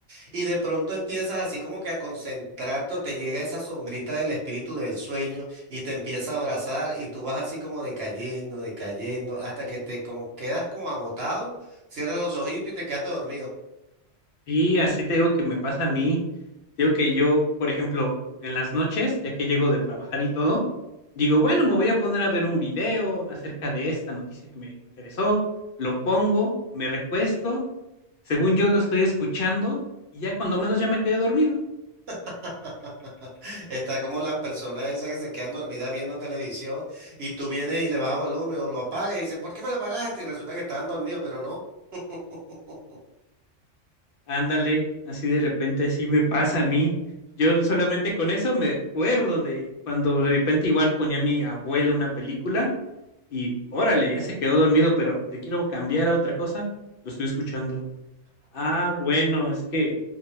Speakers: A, on the right (about 60°); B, on the left (about 60°).
A: y de pronto empiezas así como que a concentrarte o te llega esa sombrita del espíritu del sueño y te empieza a abrazar y tú vas así como decayendo, decayendo, hasta que te como quedas como agotado, cierras los ojitos y te quedaste dormido.
B: Y así te digo que me pasa a mí, te digo que yo, por ejemplo, en las noches, ya que llego de trabajar y todo, digo, bueno, me voy a poner a ver un video acerca de esta noticia que me interesó, lo pongo, me recuesto, según yo lo estoy escuchando y ya cuando menos ya me quedé dormido.
A: <laughs> Está como las personas esas que se quedan dormidas viendo televisión y tú vienes y le bajas volumen o lo apagas y dices, ¿por qué me la apagaste? Y resulta que estaban dormidos, pero no. <laughs>
B: Ándale, así de repente así me pasa a mí. Yo no- solamente con eso me acuerdo de cuando de repente igual ponía a mi abuelo una película y órale, ya se quedó dormido, pero le quiero cambiar a otra cosa, lo estoy escuchando. Ah, bueno, es que